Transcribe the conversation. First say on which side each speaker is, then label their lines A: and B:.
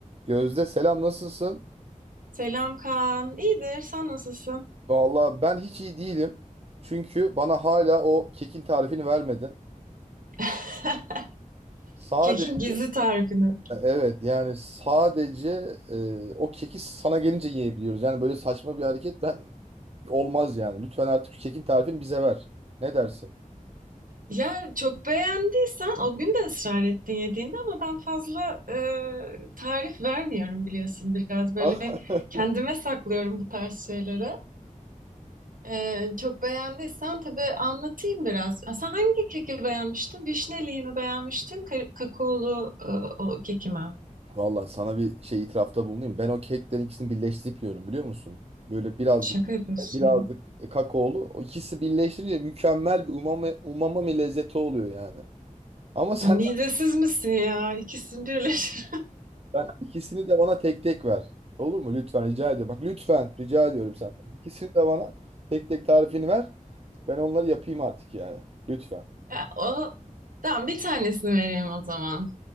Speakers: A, on the right; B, on the right.
A: Gözde selam nasılsın?
B: Selam Kaan. İyidir. Sen nasılsın?
A: Vallahi ben hiç iyi değilim. Çünkü bana hala o kekin tarifini vermedin.
B: <laughs>
A: Sadece
B: Kekin gizli tarifini.
A: evet yani sadece e, o keki sana gelince yiyebiliyoruz. Yani böyle saçma bir hareket ben olmaz yani. Lütfen artık şu kekin tarifini bize ver. Ne dersin?
B: Ya çok beğendiysen o gün de ısrar ettin yediğinde ama ben fazla e, tarif vermiyorum biliyorsun. Biraz böyle
A: <laughs>
B: kendime saklıyorum bu tarz şeyleri. E, çok beğendiysen tabii anlatayım biraz. Ha, Sen hangi keki beğenmiştin? Vişneliği mi beğenmiştin? Ka- kakaolu e, o keki mi?
A: Vallahi sana bir şey itirafta bulunayım. Ben o keklerin ikisini birleştirip yiyorum biliyor musun? Böyle birazcık
B: Şaka yapıyorsun.
A: birazcık kakaolu. O ikisi birleştirince mükemmel bir umami, umami lezzeti oluyor yani. Ama sen
B: Ya, midesiz misin ya? İkisini birleştir.
A: ben ikisini de bana tek tek ver. Olur mu? Lütfen rica ediyorum. Bak lütfen rica ediyorum senden. İkisini de bana tek tek tarifini ver. Ben onları yapayım artık yani. Lütfen.
B: Ya, o tamam bir tanesini vereyim o zaman.